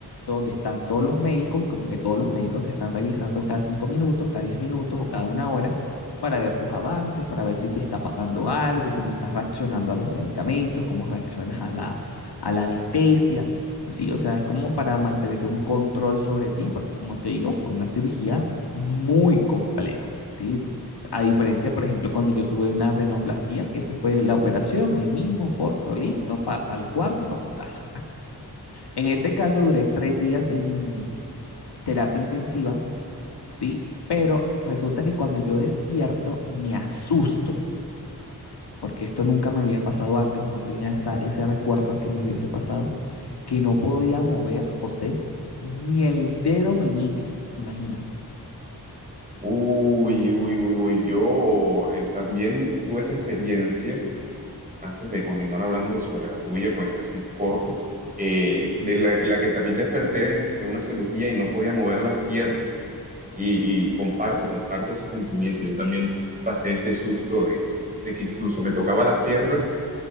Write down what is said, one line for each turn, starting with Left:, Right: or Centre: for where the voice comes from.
Left: donde están todos los médicos y como que todos los médicos te están revisando cada cinco minutos, cada diez minutos o cada una hora para ver tus avances, para ver si te está pasando algo, cómo estás reaccionando a los medicamentos, cómo reaccionas a la, a la anestesia. Sí, o sea, es como para mantener un control sobre ti, porque como te digo, fue una cirugía muy compleja, ¿sí? A diferencia, por ejemplo, cuando yo tuve una rinoplastía, que eso fue la operación ahí mismo, corto, listo, para pa el cuarto, para su casa. En este caso duré tres días en terapia intensiva, ¿sí? Pero resulta que cuando yo despierto me asusto, porque esto nunca me había pasado antes o no tenía esa, ese recuerdo que me hubiese pasado, que no podía mover, José, ni el dedo meñique, imagínate.
Right: Uy, uy, uy, uy, yo eh, también tuve esa experiencia antes de continuar hablando sobre la tuya, pues así corto, eh, de la, en la que también desperté de, una cirugía y no podía mover las piernas. Y, y comparto, comparto ese sentimiento. Yo también pasé ese susto de, de que incluso me tocaba las piernas